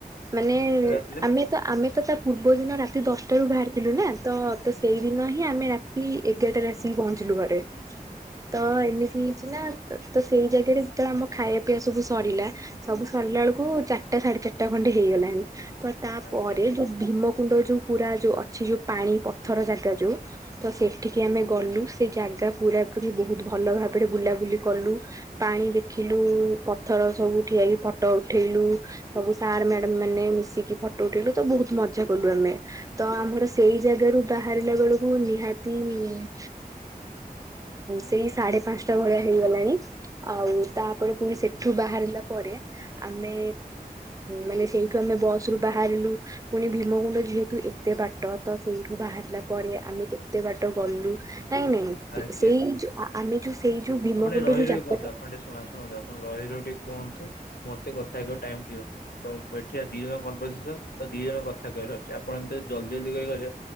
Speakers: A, on the right (about 20°); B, on the left (about 80°).
A: ମାନେ
B: କେତେବେଳେ ଆସିଲେ
A: ଆମେ ତ ଆମେ ତ ତା ପୂର୍ବ ଦିନ ରାତି ଦଶଟାରୁୁ ବାହାରିଥିଲୁ ନା ତ ତ ସେଇଦିନ ହିଁ ଆମେ କି ଏଗାରଟାରେ ଆସିକି ପହଞ୍ଚିଲୁ ଘରେ। ତ ଏମିତି ହେଇଛି ନା ତ ସେଇ ଜାଗାରେ ଯେତେବେଳେ ଆମ ଖାଇବା ପିଇବା ସବୁ ସରିଲା। ସବୁ ସରିଲା ବେଳକୁ ଚାରିଟା ସାଢେ ଚାରିଟା ଖଣ୍ଡେ ହେଇଗଲାଣି ତ ତାପରେ
B: ଆଜ୍ଞା
A: ଯୋଉ ଭୀମକୁୁଣ୍ଡ ଯୋଉ ପୁରା ଯୋଉ ଅଛି ଯୋଉ ପାଣି ପଥର ଜାଗା ଯୋଉ ତ ସେଠିକି ଆମେ ଗଲୁ ସେ ଜାଗା ପୁରା ପୁରିବହୁତ ଭଲ ଭାବରେ ବୁଲାବୁଲି କଲୁ। ପାଣି ଦେଖିଲୁ ପଥର ସବୁ ଉଠଆଇକି ଫଟୋ ଉଠେଇଲୁ ସବୁ ସାର୍
B: ଆଜ୍ଞା
A: ମ୍ୟାଡ ମାନେ ମିଶିକି ଫ ଫଟୋ ଉଠେଇିଲୁ ତ ବୋହୁତ ମଜା କଲୁ ଆମେ। ତ ଆମର ସେଇ ଜାଗାାରୁ ବାହାରିଲା ବେଳକୁ ନିହାତି- ସେଇ ସାଢେ ପାଞ୍ଚଟା ଭଳିଆ ହେଇଗଲାଣି। ଆଉ ତାପରେ ପୁଣି ସେଠୁ ବାହାରଲ। ପରେ ଆମେ ମାନେ ସେଇଠୁ ଆମେ ବସ୍ ରୁ ବାହାରିଲୁ ପୁଣି ଭୀମକୁୁଣ୍ଡ ଯେହେତୁ ଏତେ ବାଟ ତ ସେଇଠୁ ବାହାରିଲା ପରେ ଆମେ କେତେ ବାଟ ଗଲୁ ନାଇଁ ନାଇଁ
B: ଆଜ୍ଞା
A: ସେଇ ଯୋଉ ଆମେ ଯୋଉ ସେଇ ଯୋଉ ଭୀମକୁଣ୍ଡ
B: ଆପଣ ଟ
A: ଯୋଉ
B: ରହି
A: ଜାଗାଟା
B: କୁହନ୍ତୁ ଆପଣ ଟିକିଏ ଶ ଶୁଣନ୍ତୁ ଆପଣ ରହି ର ଟିକିଏ କୁହନ୍ତୁ ମତେକଥା କହିବାକୁ ଟାଇମ ଦିଅନ୍ତୁ? ତ ଏଠିଆ ଦିଇ ଜଣ କମ୍ପସେନ ତ ଦିଇ ଜଣ କଥା କହିବାର ଅଛି ଆପଣ ଏମିତି ଜଲଦି ଜଲଦି କହିପିବେ